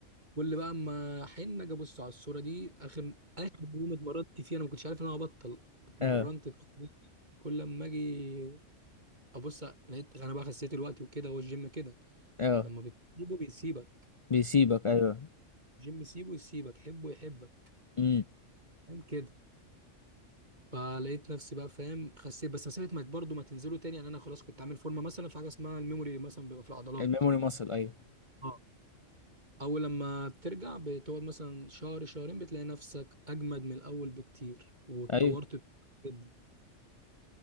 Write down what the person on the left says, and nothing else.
اه
اه
بيسيبك ايوه
امم
الميموري ماسل ايوه
ايوه